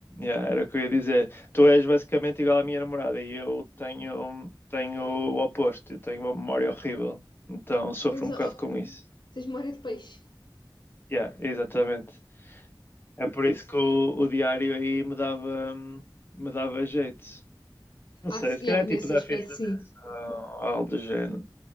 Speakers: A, on the left (about 25°); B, on the left (about 65°).
A: yeah, era o que eu ia dizer. Tu és basicamente igual à minha namorada e eu tenho, tenho o oposto, eu tenho uma memória horrível, então sofro
B: Tens,
A: um
B: oh,
A: bocado com isso.
B: tens memória de peixe.
A: Yeah, exatamente. É por isso que o, o diário aí me dava, hum, me dava jeito. Não
B: Ah,
A: sei,
B: sim,
A: se calhar
B: yeah,
A: é tipo
B: nesse
A: da
B: aspecto,
A: festa
B: sim.
A: de atenção, ou algo do género.